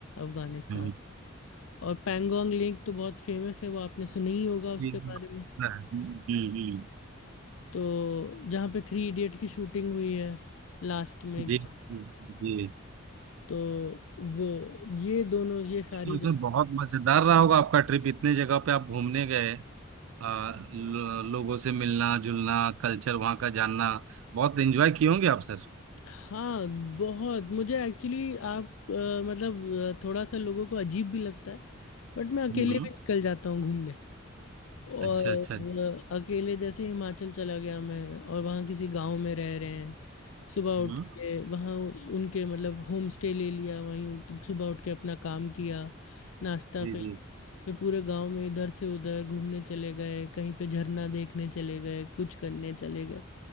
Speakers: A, on the left; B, on the right.
A: अफगानिस्तान
B: हम्म
A: से। और पैंगोंग लेक तो बहुत फेमस है वो आपने सुना ही होगा उसके
B: हम्म,
A: बारे में
B: हम्म, हम्म,
A: तो जहाँ पे थ्री इडियट की शूटिंग हुई है लास्ट में एकदम
B: जी जी
A: तो वो ये दोनों ये सारी
B: तो
A: ज-
B: सर बहुत मजेदार रहा होगा आपका ट्रिप इतने जगह पे आप घूमने गए आ, लो, लोगों से मिलना जुलना कल्चर वहाँ का जानना बहुत एंजॉय किए होंगे आप सर
A: हाँ बहुत मुझे एक्चुअली आप अ, मतलब अ, थोड़ा सा लोगों को अजीब भी लगता है बट मैं अकेले
B: हम्म
A: भी निकल जाता हूँ घूमने और
B: अच्छा अच्छा
A: अ, अकेले जैसे हिमाचल चला गया मैं और वहाँ किसी गांव में रह रहे हैं सुबह
B: हम्म
A: उठ के वहाँ उ- उनके मतलब होम स्टे ले लिया वहीं उन- सुबह उठ के अपना काम किया नाश्ता
B: जी
A: किया
B: जी
A: फिर पूरे गांव में इधर से उधर घूमने चले गए कहीं पे झरना देखने चले गए कुछ करने चले गए